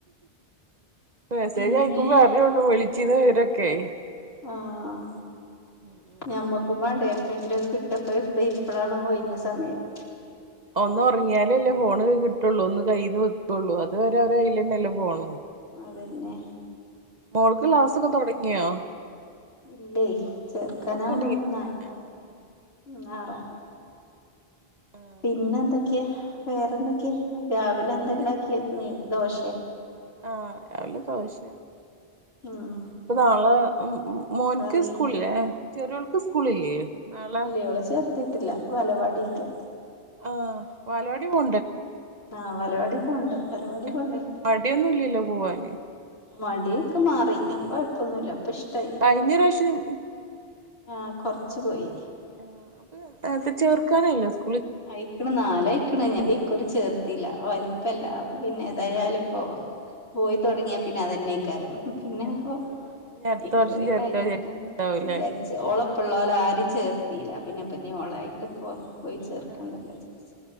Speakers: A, on the right; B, on the left.
A: മെസ്സേജ്
B: പിന്നെ
A: വായിക്കുമ്പളേ അറിയൊള്ളു വിളിച്ചീന്നെ വിവരൊക്കെ
B: ആഹ്
A: ഉം ഉം
B: ഞമ്മക്കും വേണ്ടേ എപ്പോഴെങ്കിലും അത് കി പ്പ ഇപ്പ ഇപ്പഴാണ്
A: ആഹ്
B: ഒഴിഞ്ഞ സമയം
A: ഒന്ന് ഒറങ്ങിയാലല്ലേ ഫോണ് കിട്ടള്ളൂ ഒന്ന് കയ്യിൽന്ന് വെക്കുള്ളൂ അത് വരെ അവരെ കയ്ല്ലന്നെല്ലേ ഫോണ്
B: അതെന്നെ
A: മോൾക്ക് ക്ലാസൊക്കെ തുടങ്ങിയാ
B: ഇല്ലേ ചേർക്കാനാവണോണ്ട്
A: തൊടങ്ങിട്ടില്ലേ
B: ന്നാ
A: ആഹ് ആഹ്
B: ന്നാറാ
A: ആഹ്
B: പിന്നെ എന്തൊക്കെയാ വേറെന്തൊക്കെയ രാവിലെ
A: വേറെന്ത്
B: എന്താ ഇണ്ടാക്കിയ ന ദോശെ
A: ആഹ് രാവില ദോശ
B: ഉം
A: ഇപ്പ നാളെ മോൻക്ക്
B: കറിയ
A: സ്കൂള്ല്ലേ ചെറിയോൾക്ക് സ്കൂളില്ലേ നാളെ
B: ഇല്ല ഇവളെ ചേർത്തിട്ടില്ല വലവാടിക്ക്
A: ആ വാലവാടി പോ
B: ആ വലവാടി പോണ്ട് വലവാടി
A: ആഹ്
B: പോണ്ടേ
A: മടിയൊന്നുല്ലല്ലോ പോവാന്
B: മടിയൊക്കെ മാറി കൊഴപ്പൊന്നുല്ല
A: ആഹ്
B: ഇപ്പ ഇഷ്ടായി
A: കഴിഞ്ഞ പ്രാവശ്യം
B: ആഹ് കൊറച്ച് പോയി
A: ആ അപ്പൊ ചേർക്കാനായില്ലോ സ്
B: അയിക്ക്ണ് നാലായിക്ക്ണ് ഇകൊല്ലം ചേർത്തില്ല വലിപ്പല്ല പിന്നെ എതായാലും
A: ആഹ്
B: ഇപ്പോ പോയി തുടങ്ങിയാൽ പിന്നെ അതന്നെയ്ക്കാരം പിന്നെ
A: ആഹ്
B: അപ്പൊ
A: ഇനി അടുത്ത
B: ഇക്കുറി
A: വർഷം ചേർക്കാ
B: കഴിഞ്ഞിട്ട്
A: വിചാരിച്ചിട്ടുണ്ടാവൂല്ലേ
B: വിചാരിച്ച് ഓളൊപ്പൊള്ളോലെ ആരിം ചേ ചേർത്തിയില്ല പിന്നെപ്പഞ്ഞോളായിട്ട് പോ പോയി ചേർ ക്കണ്ടല്ലോ
A: ആഹ്
B: വിചാരിച്ച്